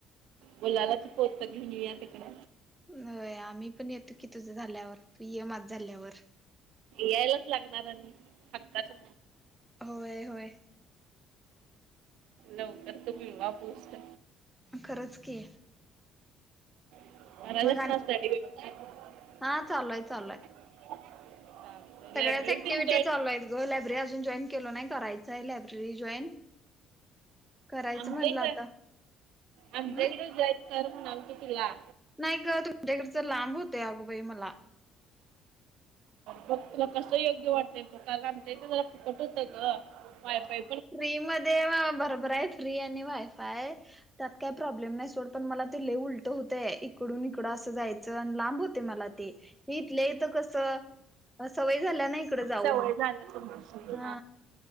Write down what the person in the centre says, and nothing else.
होय आम्ही पण येतो की तुझं झाल्यावर तू ये माझं झाल्यावर.
होय होय.
खरंच की
मग आणि हा चालूय चालूय सगळ्याच ऍक्टिव्हिटी
चालू
हाईत ग लायब्ररी अजून जॉईन केल नाही करायचं आहे लायब्ररी जॉईन. करायचं
म्हटलं
आता
हम्
नाही ग तुमच्याकडे तर लांब होतय अग बाई मला.
फ्री मध्ये बरोबर आहे फ्री आणि वायफाय. त्यात काय प्रॉब्लेम नाही सोड, पण मला ते लय उलट होतय, इकडून इकडं असं जायचं आणि लांब होत. मला ते हि इथले येतं कसं. सवय झाल्या ना इकड जाऊन
हा.